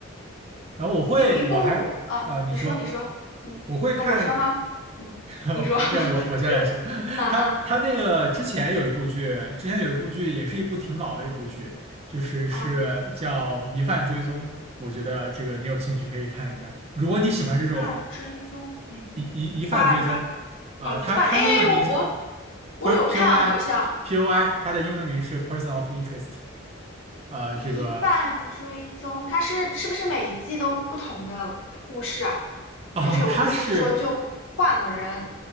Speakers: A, on the right; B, on the left.
A: 然后我会，
B: 有一部啊，
A: 我还啊、呃你说
B: 你说，你说，嗯，
A: 我会看，
B: 啊，我说吗？嗯，
A: <laughs>
B: 你说，<laughs>
A: 要我我先来说，<laughs>
B: 嗯嗯
A: 他他那个之前有一部剧，之前有一部剧也是一部挺老的一部剧，就是是叫《疑犯追踪》，
B: 啊，
A: 我觉得这个你有兴趣可以看一下。如果你喜欢这种
B: 疑犯追踪，嗯，
A: 疑疑疑犯追踪，
B: 破案的，
A: 呃，
B: 哦，疑犯，
A: 它它英文名字
B: 哎，哎哎我我我有看啊，
A: p POI
B: 好像
A: POI，它的英文名是 Person of Interest，呃，
B: 疑犯追踪，
A: 这个
B: 它是是不是每一季都不同的故事啊？
A: 啊、
B: 就是我意思是说，
A: 它是
B: 就换了人，